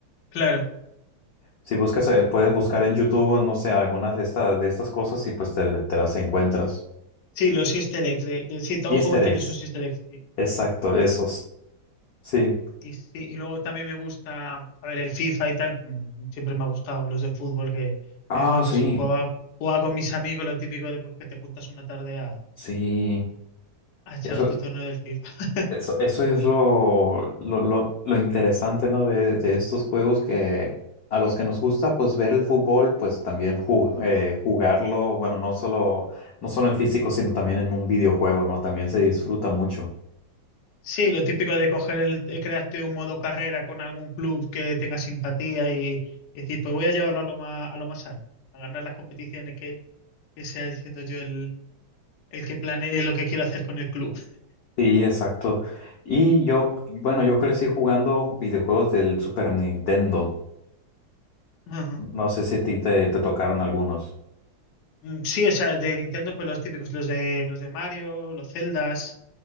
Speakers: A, on the left; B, on the left.
A: Claro,
B: Si buscas, eh, puedes buscar en YouTube, o no sé, algunas de estas, de estas cosas y pues te, te las encuentras.
A: sí, los easter eggs, de, de- sí, todo
B: Easter
A: juego tiene
B: eggs.
A: sus easter eggs. sí.
B: Exacto, esos. Sí.
A: Y, sí, y luego también me gusta, a ver, el FIFA y tal, mm, siempre me ha gustado, los de fútbol que,
B: Ah,
A: que de joven
B: sí.
A: pues jugaba, jugaba con mis amigos, lo típico de pues, que te juntas una tarde
B: Sí.
A: A echar
B: Eso,
A: tu torneo del FIFA. <laughs>
B: Eso, eso es lo, lo, lo- lo interesante, ¿no? De, de estos juegos que a los que nos gusta, pues ver el fútbol, pues también ju- eh, jugarlo, bueno, no solo, no solo en físico, sino también en un videojuego, ¿no? También se disfruta mucho.
A: Sí, lo típico de coger el, eh, crearte un modo carrera con algún club que tenga simpatía y, decir, pues voy a llevarlo a lo más, a lo más alto, a ganar las competiciones que, que sea siendo yo el, el que planee lo que quiero hacer con el club.
B: Sí, exacto. Y yo, bueno, yo crecí jugando videojuegos del Super Nintendo.
A: <laughs> Ajá.
B: No sé si a ti te, te tocaron algunos.
A: Mm, Sí, o sea, de Nintendo, pues los típicos, los de los de Mario, los Zeldas,